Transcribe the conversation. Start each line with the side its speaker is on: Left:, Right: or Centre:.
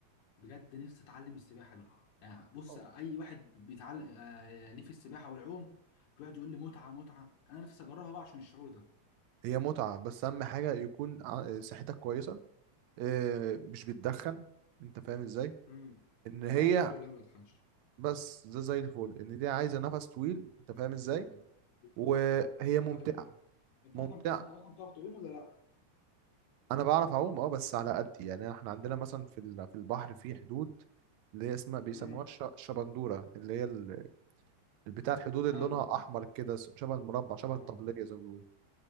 Left: بجد نفسي اتعلم السباحه دي يعني بص
Right: آه.
Left: اي واحد بيتعلم آه ليه في السباحه والعوم بيقعد يقول لي متعه متعه انا نفسي اجربها بقى عشان الشعور ده
Right: هي متعه بس اهم حاجه يكون ع- صحتك كويسه آه، مش بتدخن
Left: ايوه
Right: انت فاهم ازاي
Left: امم
Right: ان هي
Left: لا الحمد لله ما بتخنش
Right: بس ده زي الفل ان دي عايزه نفس طويل انت فاهم ازاي
Left: ايوه بالظبط
Right: وهي ممتعه
Left: ايوه ايوه انت
Right: ممتعه
Left: اصلا بتعرف انت اصلا بتعرف تعوم ولا لا؟
Right: انا بعرف اعوم اه بس على قدي يعني احنا عندنا مثلا في ال- في البحر في حدود اللي هي اسمها بيسموها
Left: امم
Right: الش- الشبندوره اللي هي ال- البتاع الحدود اللي
Left: ايوه
Right: لونها
Left: ايوه
Right: احمر كده س- شبه المربع شبه
Left: اه
Right: الطبليه زي ما بيقولوا